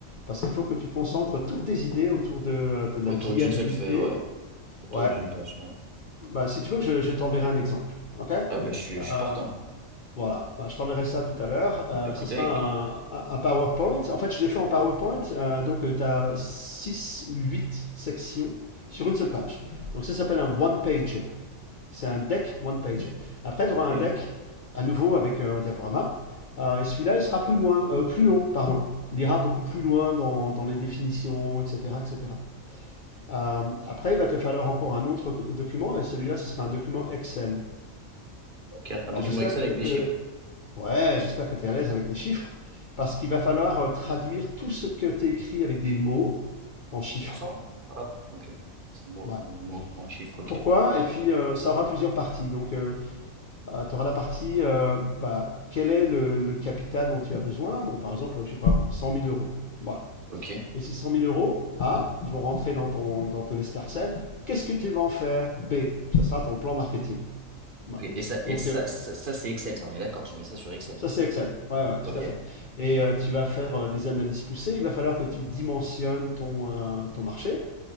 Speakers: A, on the left; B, on the right.
A: parce qu'il faut que tu concentres toutes tes idées autour de, de la
B: Autour
A: viabilité.
B: d'une seule feuille, ouais. Autour
A: Ouais,
B: d'une page, ouais.
A: Bah, si tu veux, je, je t'enverrai un exemple. Ok? Euh,
B: Ah, bah, je suis, je suis partant.
A: voilà, Bah, je t'enverrai ça tout à l'heure. Euh,
B: Écoutez,
A: ce sera
B: avec,
A: un, un- un PowerPoint. En fait, je l'ai fait en PowerPoint. Euh, donc, tu as 6 ou 8 sections sur une seule page. Donc, ça s'appelle un one-pager. C'est un deck one-pager. Après, tu auras
B: ok.
A: un deck à nouveau avec un diaporama. Euh, et celui-là, il sera plus loin, euh, plus long, pardon. Il ira beaucoup plus loin dans, dans les définitions, etc., etc. Euh, après, il va te falloir encore un autre document, et celui-là, ce sera un document Excel.
B: Ok, Un document
A: Alors, j'espère
B: Excel
A: que,
B: avec des
A: que
B: chiffres?
A: Ouais, j'espère que tu es à l'aise avec les chiffres, parce qu'il va falloir euh, traduire tout ce que tu écrit avec des mots en chiffres.
B: pour cent Ah, ok. En mots,
A: Ouais.
B: en mots, en chiffres, ok.
A: Pourquoi? Et puis, euh, ça aura plusieurs parties. Donc, tu auras la partie, euh, bah, quel est le, le capital dont tu as besoin? Bon, par exemple, je sais pas moi, 100 000 euros. Voilà.
B: Ok.
A: Et ces 100 000 euros, A, ils vont rentrer dans ton, dans ton escarcelle. Qu'est-ce que tu vas en faire? B, ça sera ton plan marketing. Voilà.
B: Ok. Et ça, et
A: Donc,
B: ça,
A: euh,
B: ça, ça, c'est Excel, ça, on est d'accord. Je mets ça sur Excel.
A: Ça, c'est Excel. Ouais, ouais, tout
B: Ok.
A: à fait. Et euh, tu vas faire euh, des analyses poussées. Il va falloir que tu dimensionnes ton, euh, ton marché,